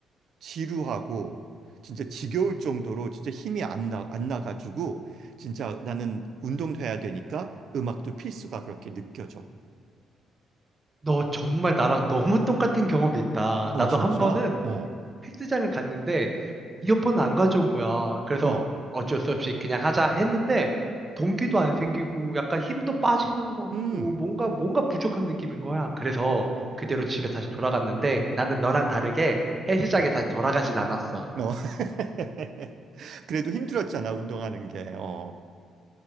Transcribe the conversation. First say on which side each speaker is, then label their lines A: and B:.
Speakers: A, on the right; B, on the right.
A: 지루하고 진짜 지겨울 정도로 진짜 힘이 안 나, 안 나가지고 진짜 나는 운동도 해야 되니까 음악도 필수가 그렇게 느껴져.
B: 너 정말 나랑 너무 똑같은 경험이 있다.
A: 어,
B: 나도
A: 진짜?
B: 한 번은
A: 어,
B: 헬스장을 갔는데 이어폰을 안 가져온 거야. 그래서
A: 어,
B: 어쩔 수 없이 그냥 하자 했는데 동기도 안 생기고 약간 힘도 빠지는 것
A: 음.
B: 같고 뭔가 뭔가 부족한 느낌인 거야. 그래서 그대로 집에 다시 돌아갔는데 나는 너랑 다르게 헬스장에 다시 돌아가진 않았어.
A: 어. <laughs> 그래도 힘들었잖아, 운동하는 게. 어.